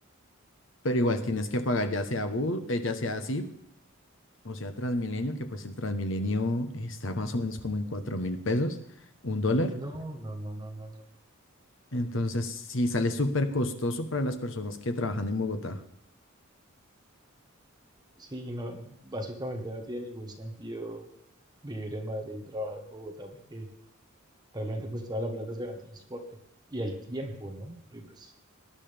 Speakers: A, on the left; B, on the right.
A: Pero igual tienes que pagar ya sea bus, eh, ya sea así O sea, Transmilenio, que pues el Transmilenio está más o menos como en 4 mil pesos, un dólar.
B: no, no, no, no, no, no.
A: Entonces, sí, sale súper costoso para las personas que trabajan en Bogotá.
B: Sí, no, básicamente no tiene ningún sentido vivir en Madrid y trabajar en Bogotá porque Realmente pues toda la plata se va en transporte y el tiempo, ¿no? Porque, pues